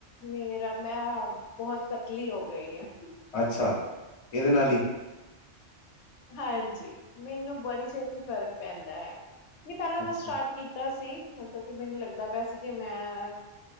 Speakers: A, on the left; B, on the left.
A: ਮੇਰਾ ਮੈਂ ਬਹੁਤ ਪਤਲੀ ਹੋ ਗਈ ਹਾਂ
B: ਅੱਛਾ ਇਹਦੇ ਨਾਲ ਹੀ
A: ਹਾਂਜੀ ਮੈਨੂੰ ਬੜੀ ਛੇਤੀ ਫ਼ਰਕ ਪੈਂਦਾ ਹੈਗਾ ਨਹੀਂ ਪਹਿਲਾਂ ਮੈਂ
B: ਅੱਛਾ
A: ਸਟਾਰਟ ਕੀਤਾ ਸੀ ਮਤਲਬ ਕਿ ਮੈਨੂੰ ਲੱਗਦਾ ਪਿਆ ਸੀ ਕਿ ਮੈਂ